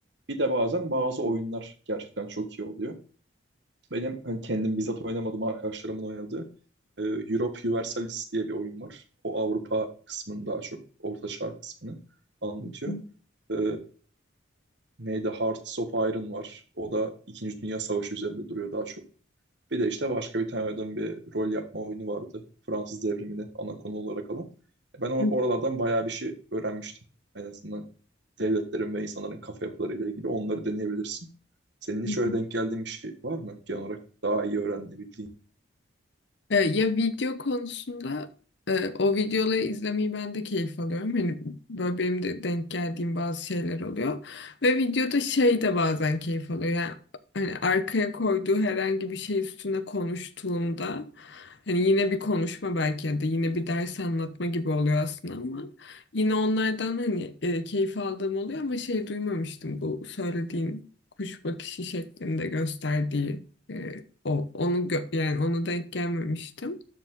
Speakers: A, on the right; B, on the left.
A: Bir de bazen bazı oyunlar gerçekten çok iyi oluyor. Benim hani kendim bizzat oynamadım arkadaşlarımın oynadığı e, Europe Universalis diye bir oyun var. O Avrupa kısmını daha çok, Orta Çağ kısmını anlatıyor.
B: Hı
A: E, neydi? Hearts of Iron var. O da İkinci Dünya Savaşı üzerinde duruyor daha çok. Bir de işte başka bir tane adam bir rol yapma oyunu vardı. Fransız devrimini ana konu olarak alan. Ben or-
B: hı.
A: oralardan bayağı bir şey öğrenmiştim. En azından devletlerin ve insanların kafa yapılarıyla ilgili onları deneyebilirsin. Senin hiç
B: Hı
A: öyle
B: hı.
A: denk geldiğin bir şey var mı? Genel olarak daha iyi öğrenebildiğin.
B: E, ya video konusunda e, o videoları izlemeyi ben de keyif alıyorum. Hani böyle benim de denk geldiğim bazı şeyler oluyor. Ve videoda şey de bazen keyif alıyor. Yani hani arkaya koyduğu herhangi bir şey üstüne konuştuğunda hani yine bir konuşma belki ya da yine bir ders anlatma gibi oluyor aslında ama yine onlardan hani e, keyif aldığım oluyor ama şey duymamıştım bu söylediğin kuş bakışı şeklinde gösterdiği e, o, onu gö- yani ona denk gelmemiştim.